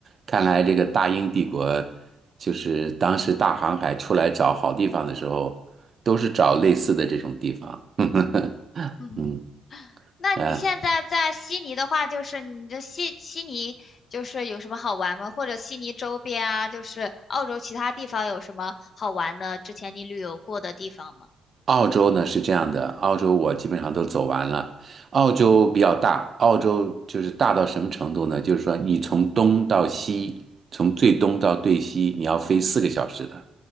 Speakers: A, on the right; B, on the left.
A: 看来这个大英帝国，就是当时大航海出来找好地方的时候，都是找类似的这种地方。<laughs>
B: 嗯。
A: 嗯，
B: 那你现在在悉尼的话，
A: 呃，
B: 就是你的悉悉尼就是有什么好玩吗？或者悉尼周边啊，就是澳洲其他地方有什么好玩的？之前你旅游过的地方吗？
A: 澳洲呢是这样的，澳洲我基本上都走完了。澳洲比较大，澳洲就是大到什么程度呢？就是说你从东到西，从最东到最西，你要飞四个小时的。